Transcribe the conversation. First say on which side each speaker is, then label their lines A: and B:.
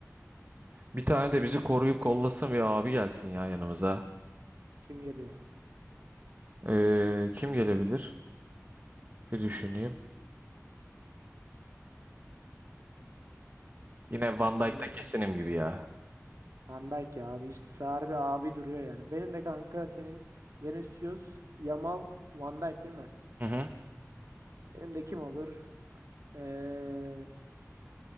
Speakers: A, on the right (about 35°); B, on the right (about 70°).
A: Bir tane de bizi koruyup kollasın ve abi gelsin ya yanımıza.
B: Kim geliyor?
A: Ee, kim gelebilir? Bir düşüneyim. Yine Van
B: Kim?
A: Dijk da kesinim gibi ya.
B: Van Dijk ya abi. İşte harbi abi duruyor yani. Benim de kanka senin Vinicius, Yamal, Van Dijk değil mi?
A: Hı hı.
B: Benim de kim olur? Ee,